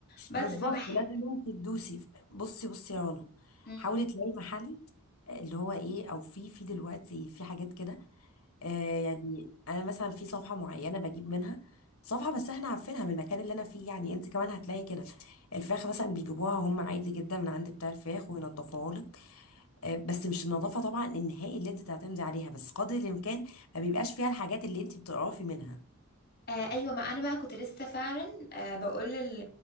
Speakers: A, on the left (about 45°); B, on the left (about 70°).
A: بس
B: بالظبط
A: فبحاول
B: لازم انت تدوسي بصي بصي يا رنا
A: مم.
B: حاولي تلاقي محل آه، اللي هو ايه او في في دلوقتي في حاجات كده آه يعني انا مثلا في صفحه معينه بجيب منها صفحه بس احنا عارفينها من المكان اللي انا فيه يعني انت كمان هتلاقي كده الفراخ مثلا بيجيبوها هم عادي جدا من عند بتاع الفراخ وينضفوها لك آه بس مش النظافه طبعا النهائي اللي انت تعتمدي عليها بس قدر الامكان ما بيبقاش فيها الحاجات اللي انت بتقرفي منها
A: آه ايوه ما انا بقى كنت لسه فعلا آه بقول لل...